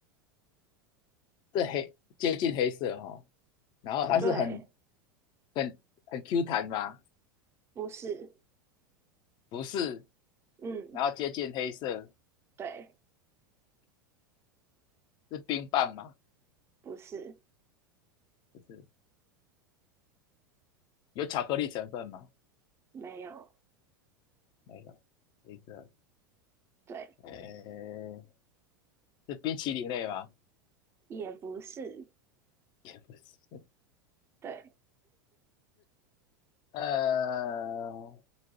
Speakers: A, on the left; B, on the right.
A: 这黑接近黑色哈、然后它是很
B: 对，
A: 很很 Q 弹吗？
B: 不是，
A: 不是，
B: 嗯，
A: 然后接近黑色
B: 对，
A: 是冰棒吗？
B: 不是，
A: 不是，有巧克力成分吗？
B: 没有，
A: 没有，黑色，
B: 对，
A: 诶，是冰淇淋类吗？
B: 也不是，
A: 是
B: 对，
A: 呃，